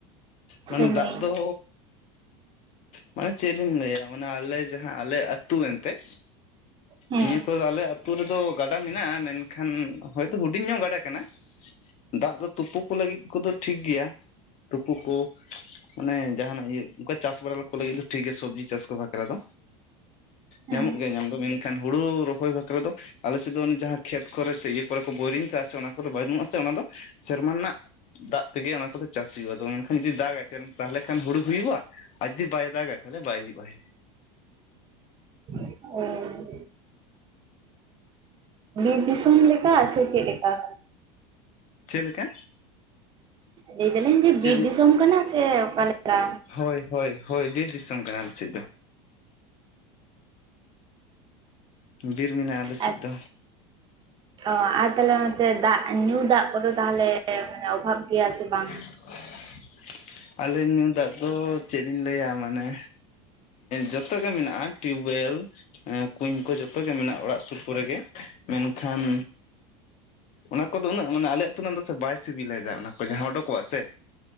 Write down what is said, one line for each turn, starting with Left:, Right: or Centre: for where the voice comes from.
Left: ᱢᱟᱱᱮ
Right: ᱥᱮ
Left: ᱫᱟᱜ
Right: ᱱᱟᱹᱭ
Left: ᱫᱚ ᱢᱟᱱᱮ ᱪᱮᱫ ᱞᱤᱧ ᱞᱟᱹᱭᱟ ᱢᱟᱱᱮ ᱟᱞᱮ ᱡᱟᱦᱟᱸ ᱟᱞᱮ ᱟᱹᱛᱩ ᱮᱱᱛᱮᱫ
Right: ᱦᱮᱸ
Left: ᱱᱤᱭᱟᱹ ᱠᱚᱫᱚ ᱟᱞᱮ ᱟᱹᱛᱩ ᱨᱮᱫᱚ ᱜᱟᱰᱟ ᱢᱮᱱᱟᱜ-ᱟ ᱢᱮᱱᱠᱷᱟᱱ ᱦᱚᱭᱛᱳ ᱦᱩᱰᱤᱧ ᱧᱚᱜ ᱜᱟᱰᱟ ᱠᱟᱱᱟ᱾ ᱫᱟᱜ ᱫᱚ ᱛᱩᱯᱩ ᱠᱚ ᱞᱟᱹᱜᱤᱫ ᱠᱚᱫᱚ ᱴᱷᱤᱠ ᱜᱮᱭᱟ ᱛᱩᱯᱩ ᱠᱚ᱾ ᱢᱟᱱᱮ ᱡᱟᱦᱟᱱᱟᱜ ᱤᱭᱟᱹ ᱚᱱᱠᱟ ᱪᱟᱥ ᱵᱟᱲᱟ ᱠᱚ ᱞᱟᱹᱜᱤᱫ ᱫᱚ ᱴᱷᱤᱠ ᱜᱮᱭᱟ ᱥᱚᱵᱽᱡᱤ ᱪᱟᱥ ᱠᱚ ᱵᱟᱠᱷᱨᱟ ᱫᱚ᱾
Right: ᱦᱮᱸ
Left: ᱧᱟᱢᱚᱜ ᱜᱮᱭᱟ ᱧᱟᱢ ᱫᱚ ᱢᱮᱱᱠᱷᱟᱱ ᱦᱩᱲᱩ ᱨᱚᱦᱚᱭ ᱵᱟᱠᱷᱨᱟ ᱫᱚ ᱟᱞᱮ ᱥᱮᱫ ᱫᱚ ᱚᱱᱮ ᱡᱟᱦᱟᱸ ᱠᱷᱮᱛ ᱠᱚᱨᱮ ᱥᱮ ᱤᱭᱟᱹ ᱠᱚᱨᱮ ᱠᱚ ᱵᱳᱭᱨᱤᱝ ᱠᱟᱜ-ᱟ ᱥᱮ ᱚᱱᱟ ᱠᱚᱫᱚ ᱵᱟᱹᱱᱩᱜᱩᱜ-ᱟ ᱥᱮ ᱚᱱᱟ ᱫᱚ ᱥᱮᱨᱢᱟ ᱨᱮᱱᱟᱜ ᱫᱟᱜ ᱛᱮᱜᱮ ᱚᱱᱟ ᱠᱚᱫᱚ ᱪᱟᱥ ᱦᱩᱭᱩᱜ-ᱟ ᱟ ᱢᱮᱱᱠᱷᱟᱱ ᱡᱩᱫᱤ ᱫᱟᱜᱟᱭ ᱛᱟ ᱛᱟᱦᱚᱞᱮ ᱠᱷᱟᱱ ᱦᱩᱲᱩ ᱦᱩᱭᱩᱜ-ᱟ ᱟᱨ ᱡᱩᱫᱤ ᱵᱟᱭ ᱫᱟᱜᱟᱭ ᱛᱟᱦᱞᱮ ᱵᱟᱭ ᱦᱩᱭᱩᱜ-ᱟᱭ᱾
Right: <inaudible> ᱚ ᱵᱤᱨ ᱫᱤᱥᱚᱢ ᱞᱮᱠᱟ ᱥᱮ ᱪᱮᱫ ᱞᱮᱠᱟ?
Left: ᱪᱮᱫ ᱞᱮᱠᱟ?
Right: ᱞᱟᱹᱭ ᱫᱟᱞᱤᱧ ᱡᱮ
Left: ᱪᱮᱫ
Right: ᱵᱤᱨ ᱫᱤᱥᱚᱢ ᱠᱟᱱᱟ ᱥᱮ ᱚᱠᱟ ᱞᱮᱠᱟ?
Left: ᱦᱳᱭ ᱦᱳᱭ ᱦᱳᱭ ᱵᱤᱨ ᱫᱤᱥᱚᱢ ᱠᱟᱱᱟ ᱟᱞᱮ ᱥᱮᱫ ᱫᱚ᱾ ᱵᱤᱨ ᱢᱮᱱᱟᱜ-ᱟ ᱟᱞᱮ ᱥᱮᱫ
Right: ᱟᱨ
Left: ᱫᱚ᱾
Right: ᱚ ᱟᱨ ᱛᱟᱦᱞᱮ ᱚᱱᱛᱮ ᱫᱟᱜ ᱧᱩ ᱫᱟᱜ ᱠᱚᱫᱚ ᱛᱟᱦᱚᱞᱮ ᱢᱟᱱᱮ ᱚᱵᱷᱟᱵᱽ ᱜᱮᱭᱟ ᱥᱮ ᱵᱟᱝ?
Left: <unintelligible> ᱟᱞᱮ ᱧᱩ ᱫᱟᱜ ᱫᱚ ᱪᱮᱫ ᱞᱤᱧ ᱞᱟᱹᱭᱟ ᱢᱟᱱᱮ ᱡᱚᱛᱚ ᱜᱮ ᱢᱮᱱᱟᱜ-ᱟ ᱴᱤᱭᱩᱵᱚᱭᱮᱞ, ᱮ ᱠᱩᱧ ᱠᱚ ᱡᱚᱛᱚ ᱜᱮ ᱢᱮᱱᱟᱜ-ᱟ ᱚᱲᱟᱜ ᱥᱩᱨ ᱠᱚᱨᱮ ᱜᱮ᱾ ᱢᱮᱱᱠᱷᱟᱱ ᱚᱱᱟ ᱠᱚᱫᱚ ᱩᱱᱟᱹᱜ ᱢᱟᱱᱮ ᱟᱞᱮᱭᱟᱜ ᱛᱩᱱᱟᱹᱜ ᱫᱚ ᱥᱮ ᱵᱟᱭ ᱥᱤᱵᱤᱞᱟᱭ ᱫᱟᱜ ᱚᱱᱟ ᱠᱚ ᱡᱟᱦᱟᱸ ᱚᱰᱚᱠᱚᱜ-ᱟ ᱥᱮ᱾